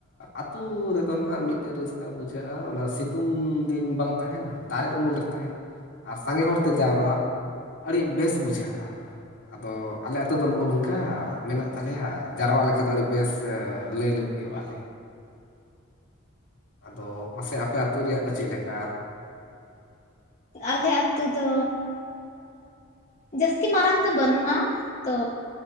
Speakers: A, on the left (about 60°); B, on the left (about 35°).
A: ᱟᱹᱛᱩ‌ ᱨᱮᱫᱚ ᱱᱟᱦᱟᱜ ᱢᱤᱫ <unintelligible> ᱨᱟᱹᱥᱠᱟᱹ ᱵᱩᱡᱷᱟᱹᱜᱼᱟ ᱚᱱᱟ ᱥᱤᱛᱩᱝ ᱫᱤᱱ ᱵᱟᱝ ᱛᱟᱦᱮᱱᱟ ᱫᱟᱨᱮ ᱩᱢᱩᱞ ᱨᱮ ᱛᱟᱦᱮᱱ ᱟᱨ ᱥᱟᱸᱜᱮ ᱦᱚᱲᱛᱮ ᱡᱟᱣᱨᱣᱟᱜ ᱟᱹᱰᱤ ᱵᱮᱥ ᱵᱩᱡᱷᱟᱹᱜᱼᱟ ᱟᱫᱚ ᱟᱞᱮ ᱟᱹᱛᱳ ᱫᱚ ᱱᱚᱜᱼᱚ ᱱᱚᱝᱠᱟ ᱢᱮᱱᱟᱜ ᱛᱟᱞᱮᱭᱟ ᱡᱟᱨᱣᱟ ᱞᱮᱠᱟ ᱫᱚ ᱟᱹᱰᱤ ᱵᱮᱥ ᱞᱟᱹᱭ ᱞᱟᱹ ᱦᱩᱭᱩᱜ ᱟᱞᱮ ᱟᱫᱚ ᱢᱟᱥᱮ ᱟᱯᱮ ᱟᱹᱛᱩ ᱨᱮᱭᱟᱜ ᱫᱚ ᱪᱮᱫ ᱞᱮᱠᱟ
B: ᱟᱞᱮ ᱟᱛᱳ ᱫᱚ ᱡᱟᱹᱥᱛᱤ ᱢᱟᱨᱟᱝ ᱫᱚ ᱵᱟᱹᱱᱩᱜᱼᱟ ᱛᱚ